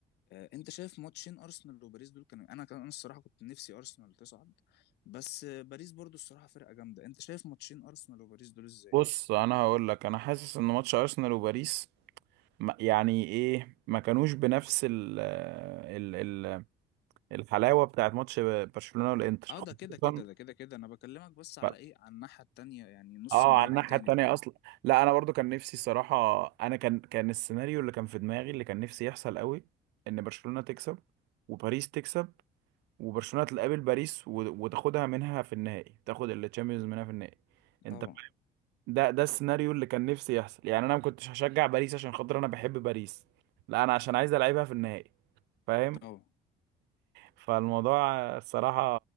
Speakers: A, on the left; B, on the right.
A: آه انت شايف ماتشين ارسنال وباريس دول كانوا انا كان انا الصراحه كنت نفسي ارسنال تصعد بس آه باريس برضو الصراحه فرقه جامده انت شايف ماتشين ارسنال وباريس دول ازاي
B: بص انا هقول لك انا حاسس ان ماتش ارسنال وباريس ما- يعني ايه ما كانوش بنفس ال ال ال الحلاوة بتاعت ماتش برشلونة والانتر
A: اه
B: خصوصا
A: ده كده كده ده كده كده انا بكلمك بس على
B: في
A: ايه على الناحيه التانيه يعني نص
B: اه
A: النهائي
B: على الناحية
A: التاني
B: التانية
A: عامه
B: اصلا لا انا برضو كان نفسي الصراحة انا كان كان السيناريو اللي كان في دماغي اللي كان نفسي يحصل قوي ان برشلونة تكسب وباريس تكسب وبرشلونة تقابل باريس و- وتاخدها منها في النهائي تاخد التشامبيونز منها في النهائي انت
A: طبعا
B: ده ده السيناريو اللي كان نفسي يحصل يعني انا ما كنتش هشجع باريس عشان خاطر انا بحب باريس لا انا عشان عايز العبها في النهائي فاهم
A: طبعا
B: فالموضوع الصراحة